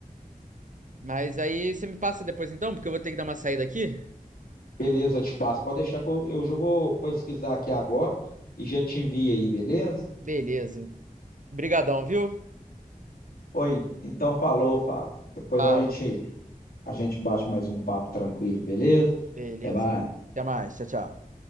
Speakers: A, on the right (about 60°); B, on the left (about 85°).
A: Mas aí você me passa depois então, porque eu vou ter que dar uma saída aqui.
B: Beleza, eu te passo. Pode deixar que eu, eu já vou pesquisar aqui agora e já te envio aí, beleza?
A: Beleza. Brigadão, viu?
B: Oi, então falou, Fábio. Depois
A: Falou.
B: a gente, a gente bate mais um papo tranquilo, beleza?
A: Beleza.
B: Até mais.
A: Até mais. Tchau, tchau.